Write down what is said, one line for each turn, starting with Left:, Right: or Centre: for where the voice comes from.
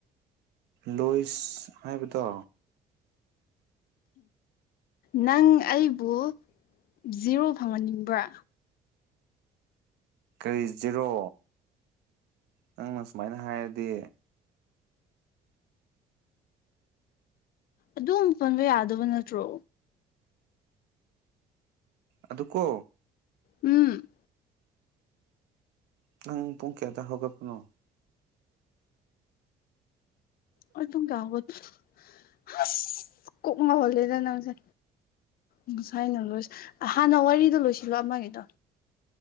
Right: ꯂꯣꯏꯁ ꯍꯥꯏꯕꯗꯣ
Left: ꯅꯪ ꯑꯩꯕꯨ ꯖꯤꯔꯣ ꯐꯪꯍꯟꯅꯤꯡꯕ꯭ꯔꯥ
Right: ꯀꯔꯤ ꯖꯤꯔꯣ ꯅꯪꯅ ꯁꯨꯃꯥꯏꯅ ꯍꯥꯏꯔꯗꯤ
Left: ꯑꯗꯨꯝ ꯄꯟꯕ ꯌꯥꯗꯕ ꯅꯠꯇ꯭ꯔꯣ
Right: ꯑꯗꯨ ꯀꯣ
Left: ꯎꯝ
Right: ꯅꯪ ꯄꯨꯡ ꯀꯌꯥꯗ ꯍꯧꯒꯠꯄꯅꯣ
Left: ꯑꯩ ꯄꯨꯡꯀꯌꯥ ꯍꯧꯒꯠ ꯍꯁ ꯀꯣꯛ ꯉꯥꯎꯍꯜꯂꯦꯗ ꯅꯪꯁꯦ ꯉꯁꯥꯏꯅ ꯂꯣꯏꯁ ꯍꯥꯟꯅ ꯋꯥꯔꯤꯗꯣ ꯂꯣꯏꯁꯤꯜꯂꯣ ꯑꯃꯒꯤꯗꯣ